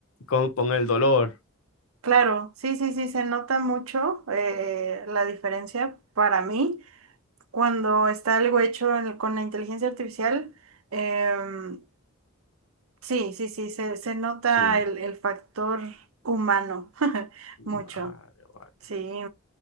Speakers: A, on the left; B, on the right.
A: con, con el dolor.
B: claro, sí, sí, sí, se nota mucho eh, la diferencia para mí cuando está algo hecho en- con la inteligencia artificial. em, sí, sí, sí, se, se nota
A: Sí.
B: el, el factor humano <laughs> mucho,
A: Vale, vale.
B: sí.